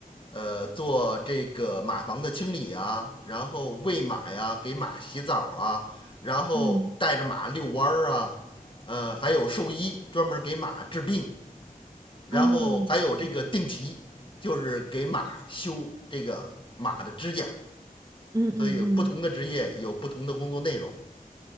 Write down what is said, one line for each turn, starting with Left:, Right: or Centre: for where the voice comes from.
Left: 呃，做这个马房的清理啊，然后喂马呀，给马洗澡啊，然后带着马遛弯儿啊，
Right: 嗯
Left: 呃，还有兽医专门给马治病，然后还有这个定蹄，
Right: 啊，嗯
Left: 就是给马修这个马的指甲，
Right: 嗯嗯，
Left: 所以有不同的职业有不同的工作内容，